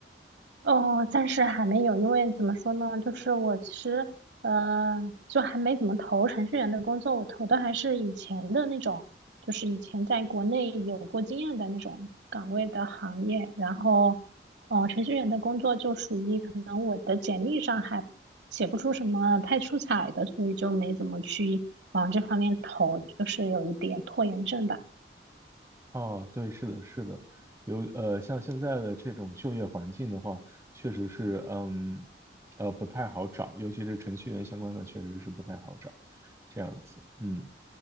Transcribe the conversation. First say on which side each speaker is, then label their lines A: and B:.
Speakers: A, on the right; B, on the right.
A: 哦，暂时还没有，因为怎么说呢，就是我其实呃，就还没怎么投程序员的工作，我投的还是以前的那种，就是以前在国内有过经验的那种岗位的行业。然后，哦、呃程序员的工作就属于可能我的简历上还写不出什么太出彩的，所以就没怎么去往这方面投，就是有一点拖延症吧。
B: 哦，对，是的，是的，有呃，像现在的这种就业环境的话，确实是，嗯，呃，不太好找，尤其是程序员相关的，确实是不太好找，这样子，嗯，